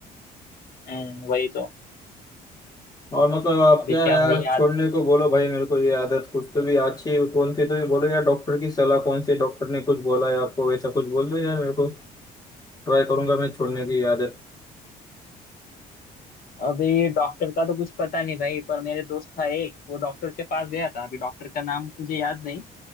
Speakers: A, on the left; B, on the left.
A: हम्म, वही तो
B: और मतलब आप
A: अभी
B: क्या
A: क्या
B: यार
A: भाई यार
B: छोड़ने को बोलो भाई मेरे को ये आदत कुछ तो भी अच्छी है, कौन सी तो भी बोलो यार डॉक्टर की सलाह कौन से डॉक्टर ने कुछ बोला है आपको वैसा कुछ बोल दो यार मेरे को ट्राई करूंगा मैं छोड़ने की आदत
A: अभी डॉक्टर का तो कुछ पता नहीं भाई पर मेरे दोस्त था एक वो डॉक्टर के पास गया था अभी डॉक्टर का नाम मुझे याद नहीं